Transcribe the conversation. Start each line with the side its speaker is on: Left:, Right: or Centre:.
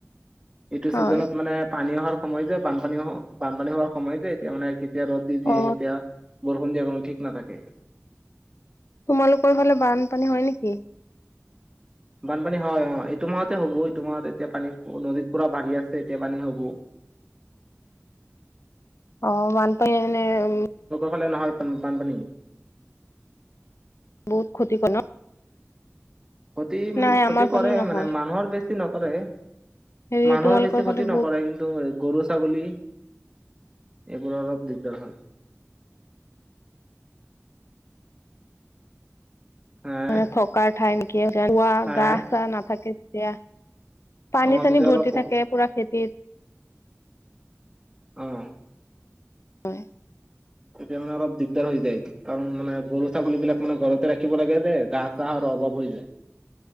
Right: এইটো
Left: হয়
Right: ছিজনত মানে পানী অহাৰ সময় যে বানপানী বানপানী হোৱাৰ সময় যে এতিয়া মানে কি এতিয়া ৰ'দ দি দিয়ে
Left: অ
Right: এতিয়া বৰষুণ দিয়া কোনো ঠিক নাথাকে।
Left: তোমালোকৰ ফালে বানপানী হয় নেকি?
Right: বানপানী হয় অ, এইটো মাহতে হ'ব এইটো মাহত এতিয়া পানী নদীত পুৰা বাঢ়ি আছে এতিয়া পানী হ'ব।
Left: অ বানপানী এনে উম্
Right: হয় নে নহয় বান বানপানী?
Left: বহুত ক্ষতি কয় ন?
Right: ক্ষতি উ
Left: নাই
Right: ক্ষতি
Left: আমাৰ
Right: কৰে
Left: ফালে নহয়
Right: মানে মানুহৰ বেছি নকৰে
Left: হেৰি
Right: মানুহৰ
Left: তোমালোকৰ
Right: বেছি ক্ষতি
Left: ফালে
Right: নকৰে,
Left: বহুত
Right: কিন্তু গৰু ছাগলী এইবোৰ অলপ দিগদাৰ হয়। হা
Left: মানে থকাৰ ঠাই নেকি গা
Right: হা
Left: গা চাহ নাথাকে তেতিয়া পানী
Right: অ
Left: চানী
Right: তেতিয়া
Left: ভৰ্তি
Right: অলপ
Left: থাকে পুৰা খেতিত
Right: আহ।
Left: হয়।
Right: তেতিয়া মানে অলপ দিগদাৰ হৈ যায়। কাৰণ মানে গৰু ছাগলী বিলাক মানে ঘৰতে ৰাখিব লাগে যে ঘাঁহ চাহৰ অভাৱ হৈ যায়।